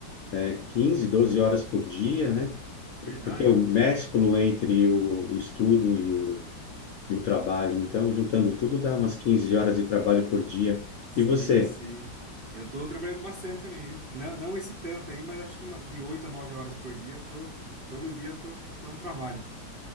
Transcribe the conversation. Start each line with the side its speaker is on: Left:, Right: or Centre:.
Left: é, 15, 12 horas por dia, né?
Right: Verdade,
Left: Porque eu mesclo entre o estudo e o, e o trabalho. Então, juntando tudo, dá umas 15 horas de trabalho por dia.
Right: sei,
Left: E você?
Right: sei. Eu tô trabalhando bastante também, viu? Não, não esse tanto aí, mas acho que uma, de 8 a 9 horas por dia, eu tô, todo dia eu tô, tô dando trabalho.